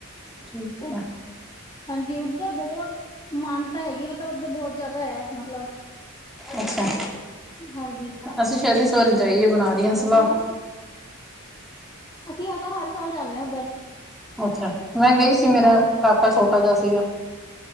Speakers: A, in the centre; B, on the left.
A: ਠੀਕ
B: ਉਧ
A: ਆ।
B: ਹਾਂਜੀ ਉੱਧਰ ਬਹੁਤ ਮਾਨਤਾ ਹੈਗੀ ਆ ਮਤ ਉੱਧਰ ਬਹੁਤ ਜ਼ਿਆਦਾ ਐ ਮਤਲਬ।
A: ਅੱਛਾ,
B: ਹਾਂਜੀ
A: ਅਸੀਂ ਸ਼ਇਦ ਇਸ ਵਾਰ ਜਾਈਏ ਬਣਾ ਰੀਆਂ ਸਲਾਹ।
B: ਅਸੀਂ ਆਪਦਾ ਹਰ ਸਾਲ ਜਾਂਨੇ ਆ ਉੱਧਰ।
A: ਅੱਛਾ ਮੈਂ ਗਈ ਸੀ ਮੇਰਾ
B: ਹਾਂਜੀ
A: ਕਾਕਾ ਛੋਟਾ ਜਾ ਸੀਗਾ।